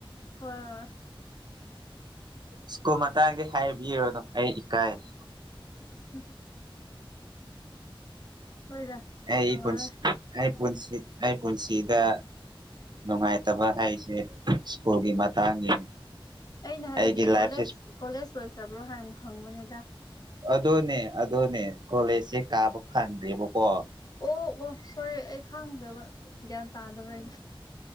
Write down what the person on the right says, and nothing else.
ꯁ꯭ꯀꯨꯜ ꯃꯇꯥꯡꯗꯤ ꯍꯥꯏꯕꯤꯔꯣꯅꯣ ꯑꯩ ꯏꯀꯥꯏꯔꯦ
ꯑꯩ
ꯄꯨꯟꯁꯤ ꯑꯩ ꯄꯨꯟꯁꯤ ꯑꯩ ꯄꯨꯟꯁꯤꯗꯥ ꯅꯨꯡꯉꯥꯏꯇꯕ ꯍꯥꯏꯖꯦ ꯁ꯭ꯀꯨꯜꯒꯤ ꯃꯇꯥꯡꯒꯤꯅꯤ
ꯑꯩꯒꯤ ꯂꯥꯏꯐꯁꯦ
ꯑꯗꯨꯅꯤ ꯑꯗꯨꯅꯤ ꯀꯣꯂꯦꯖꯖꯦ ꯀꯥꯕ ꯐꯪꯗꯦꯕꯀꯣ